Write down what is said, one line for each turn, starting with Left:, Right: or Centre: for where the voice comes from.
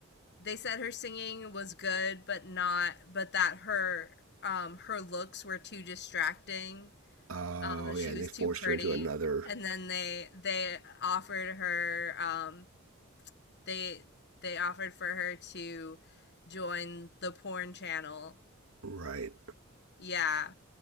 Left: they said her singing was good but not but that her um her looks were too distracting
Right: Oh,
Left: um that
Right: yeah.
Left: she
Right: And
Left: was
Right: they forced
Left: too pretty
Right: her into another.
Left: and then they they offered her um they they offered for her to join the porn channel
Right: Right.
Left: yeah